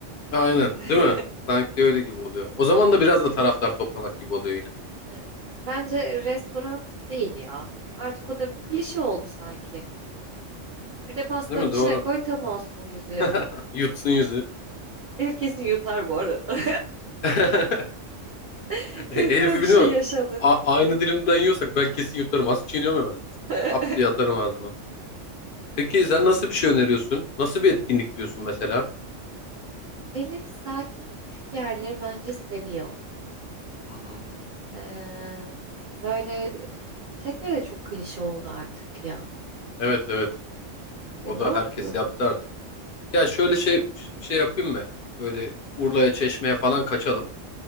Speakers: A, on the left; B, on the right.
A: Aynen,
B: <laughs>
A: değil mi? Sanki öyle gibi oluyor. O zaman da biraz da taraftar toplamak gibi oluyor yine.
B: Evet. Bence restoran değil ya. Artık o da bir klişe oldu sanki. Bir de pastanın
A: Değil mi?
B: içine
A: Doğru.
B: koy tam olsun yüzüğü.
A: <laughs> Yutsun yüzü.
B: <laughs> Elif kesin yutar bu arada.
A: <laughs>
B: <laughs> Kesin
A: E, Elif'i
B: öyle bir
A: biliyor
B: şey
A: musun?
B: yaşanır.
A: A- aynı dilimden yiyorsak ben kesin yutarım. Az çiğniyorum hemen.
B: <laughs>
A: Ap diye atarım ağzıma. Peki sen nasıl bir şey öneriyorsun? Nasıl bir etkinlik diyorsun mesela?
B: Elif sakin küçük yerleri bence seviyor.
A: Hı hı.
B: Ee, böyle tekne de çok klişe oldu artık ya.
A: Evet evet.
B: E,
A: O
B: ne
A: da
B: yapılabilir?
A: herkes yaptı artık. Ya şöyle şey şey yapayım mı? Böyle Urla'ya, Çeşme'ye falan kaçalım.